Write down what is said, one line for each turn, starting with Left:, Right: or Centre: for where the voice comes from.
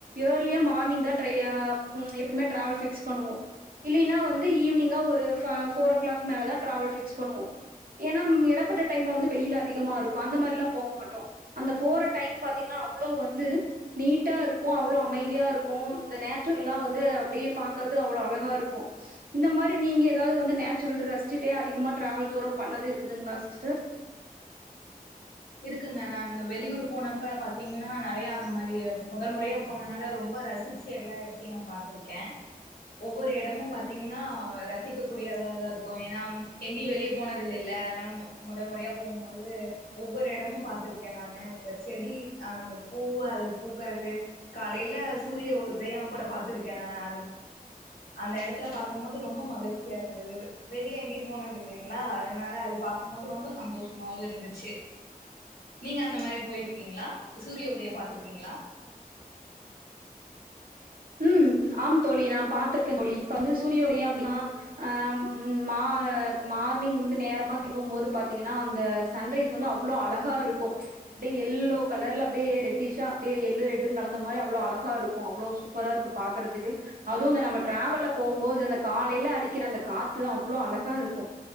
Right: ஏர்லியா மார்னிங் தா ட்ரைய ம் எப்பமே டிராவல் பிக்ஸ் பண்ணுவோ இல்லினா வந்து ஈவினிங்கா ஒரு ஃப ஃபோர் ஓ கிளாக் மேலதா டிராவல் ஃபிக்ஸ் பண்ணுவோ ஏன்னா எடப்பட்ட டைம்ல வந்து வெயில் அதிகமா இருக்கு அந்த மாரில்லா போ மாட்டோ அந்த போற டைம் பாத்தீங்கனா அவ்ளோ வந்து நீட்டா இருக்கு அவ்ளோ அமைதியா இருக்கு இந்த நேச்சுரலா வந்து அப்டியே பாக்குறது அவ்ளோ அழகா இருக்கு இந்த மாரி நீங்க எதாவது வந்து நேச்சுரல் ரசிச்சிட்டே அதிகமா டிராவல் தூர பண்ணது இருக்குதுங்களா சிஸ்டர்
Left: இருக்குங்க நா இந்த வெளியூர் போனப்ப பாத்தீங்கனா நெறயா அந்த மாரி மொதல் முறையா போனதுனால ரொம்ப ரசிச் ச்சு எல்லா எடத்தையு நா பாத்திருக்க ஒவ்வொரு எடமு பாத்தீங்கனா ரசிக்க கூடியதா தா இருக்கு ஏன்னா எங்கயு வெளிய போனதில்லல்ல அதனால மொதல் முறையா போம்போது ஒவ்வொரு எடமும் பாத்திருக்கேன் நானு இப்ப செடி அந்த பூ அது பூக்கறது காலைல சூரிய உதயோங் கூட பாத்திருக்கேன் நானு அது அந்த எடத்துல பாக்கும்போது ரொம்ப மகிழ்ச்சியா இருந்தது வெளிய எங்கயு போனதில்லைங்ளா அதனால அது பாக்கும்போது ரொம்ப சந்தோஷமாவு இருந்துச்சு நீங்க அந்த மாரி போயிருக்கீங்ளா சூரிய உதயம் பாத்திருக்கீங்ளா
Right: ம் ஆம் தோழி நான் பாத்திருக்கேன் தோழி இப்ப வந்து சூரிய உதயம் அப்டின்னா ஆ ம் மா மார்னிங் வந்து நேரமா தும்பும்போது பாத்தீங்கனா அந்த சன்ரைஸ் வந்து அவ்ளோ அழகா இருக்கு அப்டியே எல்லோ கலர்ல அப்டியே ரெட்டிஷ்ஷா அப்டியே எல்லு ரெட்டு கலந்த மாரி அவ்ளோ அழகா இருக்கு அவ்ளோ சூ பரா இருக்கு பாக்கறதுக்கு அதுவு இந்த நம்ம டிராவல்ல போம்போது அந்த காலைல அடிக்கிற அந்த காத்து அவ்ளோ அழகா இருக்கு